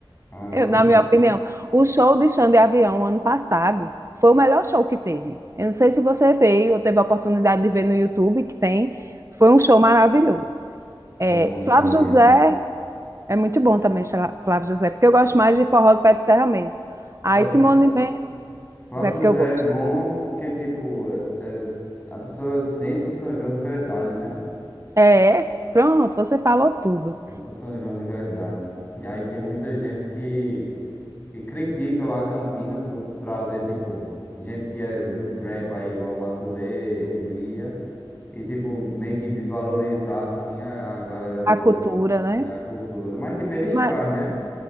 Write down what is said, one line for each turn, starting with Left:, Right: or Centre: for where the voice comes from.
Left: Caramba,
Right: eu- na minha opinião. O show de Xande Avião ano passado foi o melhor show que teve. Eu não sei se você veio ou teve a oportunidade de ver no YouTube, que tem. Foi um show maravilhoso.
Left: é
Right: É,
Left: bom o chão
Right: Flávio
Left: de avião.
Right: José
Left: O
Right: É muito bom também Chla- Flávio José, porque eu gosto mais de forró do pé de serra mesmo. Aí
Left: próprio,
Right: Simone
Left: Ju-
Right: Mendes
Left: o próprio
Right: é porque
Left: José
Right: eu gosto.
Left: é bom porque, tipo, é- é- a pessoa sente o São João de verdade, né?
Right: É, pronto, você falou tudo.
Left: Sente o São João de verdade. E aí tem muita gente que. que critica lá a Campina por trazer, tipo, gente que é do trap aí, igual Matuê, Hungria, e, tipo, meio que desvalorizar, assim, a, a galera do...
Right: A cultura, né?
Left: é, a cultura. Mas, tipo, eles
Right: Mas,
Left: trazem, né?